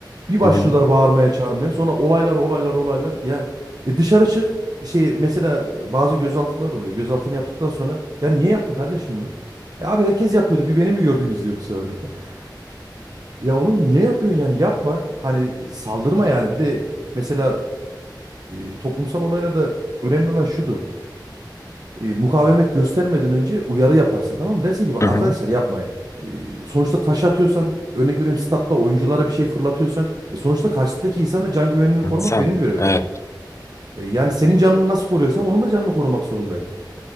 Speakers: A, on the right; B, on the left.
A: Bir başlıyorlar
B: Hı hı.
A: bağırmaya, çağırmaya. Sonra olaylar, olaylar, olaylar. Ya e, dışarı çık. Şey mesela bazı gözaltılar oluyor. Gözaltını yaptıktan sonra ya niye yaptın kardeşim bunu? E abi herkes yapıyordu. Bir beni mi gördünüz diyor bu sefer de. <laughs> Ya oğlum niye yapıyorsun yani? Yapma. Hani saldırma yani. Bir de mesela e, toplumsal olaylarda önemli olan şudur e, mukavemet göstermeden önce uyarı yaparsın tamam mı? Dersin ki bak
B: Hı
A: arkadaşlar
B: hı.
A: yapmayın. E, sonuçta taş atıyorsan örnek veriyorum statta oyunculara bir şey fırlatıyorsan e, sonuçta karşıdaki insanın da can güvenliğini korumak
B: <laughs> Sen.
A: benim görevim.
B: Evet,
A: E, yani senin canını nasıl koruyorsam onun da canını korumak zorundayım.